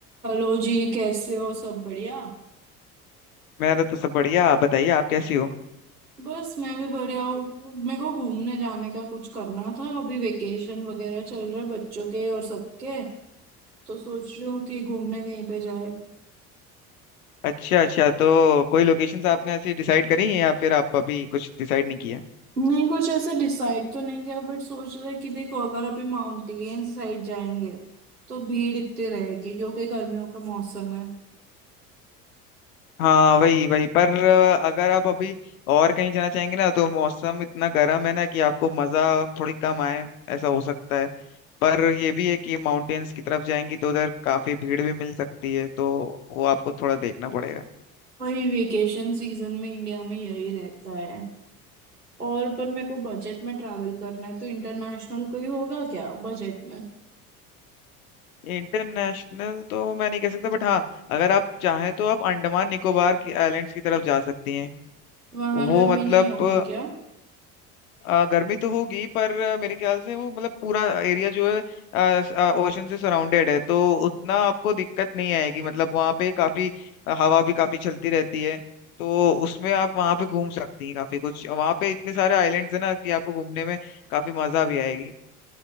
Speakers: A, on the right (about 85°); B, on the left (about 65°).
A: Hello जी कैसे हो सब बढ़िया
B: मेरा तो सब बढ़िया आप बताइए आप कैसी हो
A: बस मैं भी बढ़िया हूँ मेरे को घूमने जाने का कुछ करना था अभी वेकेशन वगैरह चल रहे बच्चों के और सबके तो सोच रही हूँ कि घूमने कहीं पे जाए
B: अच्छा अच्छा तो कोई लोकेशंस आपने ऐसी डिसाइड करी हैं या फिर आप अभी कुछ डिसाइड नहीं किया
A: नहीं कुछ ऐसे डिसाइड तो नहीं किया बट सोच रहे कि देखो अगर अभी माउंटेन साइड जाएंगे तो भीड़ इतनी रहेगी क्योंकि गर्मियों का मौसम है
B: हाँ वही वही पर अ, अगर आप अभी और कहीं जाना चाहेंगे ना तो मौसम इतना गर्म है ना कि आपको मज़ा थोड़ी कम आए ऐसा हो सकता है पर ये भी है कि माउंटेन्स की तरफ जाएंगी तो उधर काफ़ी भीड़ भी मिल सकती है तो वो आपको थोड़ा देखना पड़ेगा
A: वही वेकेशन सीजन में इंडिया में यही रहता है और पर मेरे को बजट में ट्रैवल करना है तो इंटरनेशनल कोई होगा क्या बजट में
B: इंटरनेशनल तो मैं नहीं कह सकता बट हाँ अगर आप चाहें तो आप अंडमान निकोबार की आइलैंड्स की तरफ जा सकती हैं
A: वहां
B: वो
A: गर्मी
B: मतलब
A: नहीं होगी क्या
B: अ, गर्मी तो होगी पर आ, मेरे ख्याल से वो मतलब पूरा एरिया जो है ओशन से सराउंडेड है तो उतना आपको दिक्कत नहीं आएगी मतलब वहाँ पे काफी अ, हवा भी काफी चलती रहती है तो उसमें आप वहाँ पे घूम सकती हैं काफी कुछ वहाँ पे इतने सारे आइलैंड्स हैं ना कि आपको घूमने में काफी मजा भी आएगी